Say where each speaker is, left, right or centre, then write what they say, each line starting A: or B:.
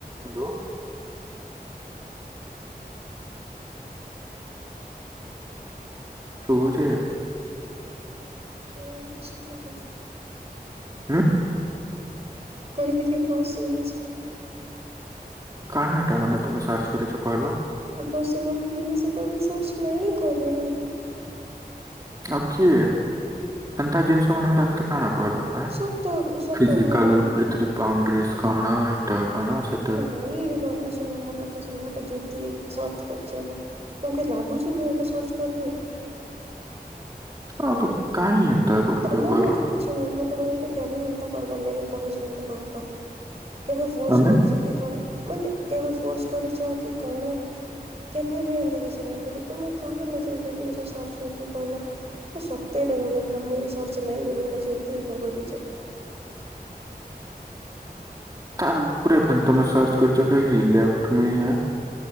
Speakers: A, on the right; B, on the right.
A: Hello. ଶୁଭୁଛି?
B: ହୁଁ <inaudible>
A: ଉଁ
B: କହିଲି କି ହଁ ଶୁଭୁଚି।
A: କାଣା ହାଟ ମ ତମେ ସର୍ଚ୍ଚ କରିଛ କହିଲ?
B: ଆପଣ ଶୁନ ପ୍ଲିଜ ଏଟା ମୁ ସଚ ନାଇ କରି।
A: ଆଉ କିଏ ହେନ୍ତା ଜିନିଷ ମାନେ ହଟାତ୍ କାଣା କହିଲ
B: ସତ ସତ
A: ଫିଜିକାଲ
B: ମୁଇଁ
A: ଭିତରେ ବାଉଡିରସ କଣ ହିଟା କଣ ସେ
B: ନାଇଁରେ ଧନ ଶୁଣ ମୋର ଶୁଣିବା କୁ ଯୁକ୍ତି ସର୍ଚ୍ଚ କରିଚି ହେଲା ମୋତେ ଲାଗୁଛି ମୁଁ ଆକୁ ସର୍ଚ୍ଚ କରିବି।
A: କୁହନ୍ତୁ କାଇଁ ଏନ୍ତା କରୁଛ
B: ତମେ
A: କହିଲ?
B: ମତେ ଶୁଣ ମୁଁ ତମକୁ ମତେ କେବେ ଏନ୍ତା କରିବାର ଲାଗି କହିଛି ମତେ କହ ତ କେବେ ଫୋର୍ସ
A: ମାନେ
B: କରିଛି। କି କଣ ମାନେ କେବେ ଫୋର୍ସ କରିଛ କି କଣ। କେଭେବି ଏମିତି କିଛି ନାଇଁ ବୋଲି ତୁମେ କାହା ହେଲା ଯେ ସର୍ଚ କରିକି କହିଲ। ମୁଁ ସତେରେ ଧନ ଏଇଟା ମୁଁ ସରିଛି ନାଇଁ କରିଟା ଜୋତି ଏକା କରିଚେ।
A: ତାର ଉପରେ ଫିଣୀ ତମେ ସର୍ଚ୍ଚ କରିଛ ଲେଫଟ ମି ଆ